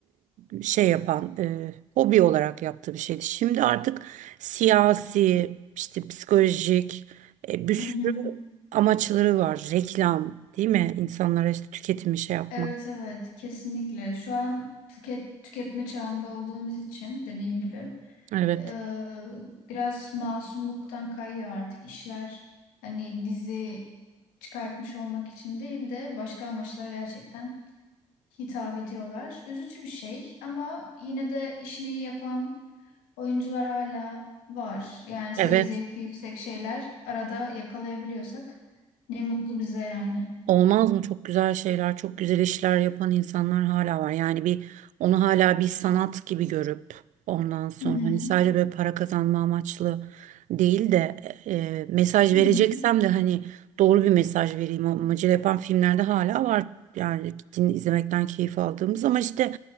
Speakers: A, on the right; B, on the left.
A: e, şey yapan, e, hobi olarak yaptığı bir şeydi. Şimdi artık siyasi, işte psikolojik e, bir sürü
B: Hı hı.
A: amaçları var. Reklam, değil mi? İnsanlara işte tüketimi şey yapmak.
B: Evet evet kesinlikle. Şu an tüket, tüketme çağında olduğumuz için dediğin gibi
A: Evet.
B: e, biraz masumluktan kayıyor artık işler. Hani dizi çıkartmış olmak için değil de başka amaçlara gerçekten hitap ediyorlar. Üzücü bir şey ama yine de işini iyi yapan oyuncular hala var. Yani seyir
A: Evet.
B: zevki yüksek şeyler arada yakalayabiliyorsak ne mutlu bize yani.
A: Olmaz mı? Çok güzel şeyler, çok güzel işler yapan insanlar hala var. Yani bir onu hala bir sanat gibi görüp ondan sonra
B: Hı hı.
A: hani sadece böyle para kazanma amaçlı değil de e, mesaj
B: Hı
A: vereceksem
B: hı.
A: de hani doğru bir mesaj vereyim amacıyla yapan filmlerde hala var. Yani din izlemekten keyif aldığımız ama işte